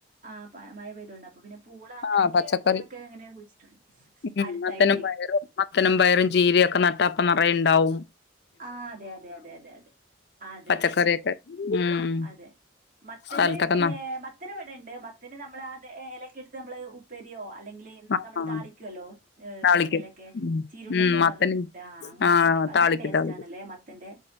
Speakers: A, on the right; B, on the left.
A: ആഹ് മഴ പെയ്തൊണ്ട് അപ്പൊ പിന്നെ പൂള അങ്ങനെയൊക്കെ
B: ആഹ് പച്ചക്കറി
A: ഓരൊക്കെ എങ്ങനെയ കുയ്ച്ചിട്ടുണ്ട്
B: ഉം
A: അടുത്തായിട്ടേ
B: മത്തനും പയറും മത്തനും പയറും ചീരയയുംക്കെ നട്ടപ്പ നിറയുണ്ടാവും
A: ആഹ് അതെ അതെ അതെ അതെ അതെ അതെ
B: പച്ചക്കറിയൊക്കെ
A: അതെ
B: ഉം
A: അതെ മത്തനേ
B: സ്ഥലത്തൊക്കെ
A: പിന്നെ
B: ന
A: മ മത്തന് ഇവിടെണ്ട് മത്തിന് നമ്മൾ അത് ഇലക്ക എടുത്ത് നമ്മള് ഉപ്പരിയോ അല്ലെങ്കിൽ
B: ആഹ്
A: നമ്മള് താളിക്കുവല്ലോ ഏഹ്
B: താളിക്കും
A: എണ്ണയിലൊക്കെ
B: ഉം
A: ചീരുള്ളിയൊക്കെ
B: ഉം മത്തനും
A: വറു അങ്ങനെയൊക്കെ
B: ആഹ്
A: ഉണ്ടാക്കും അത്
B: താളിക്കും
A: നല്ല ടേസ്റ്റ്
B: താളിക്കും
A: ആണല്ലേ മത്തന്റെ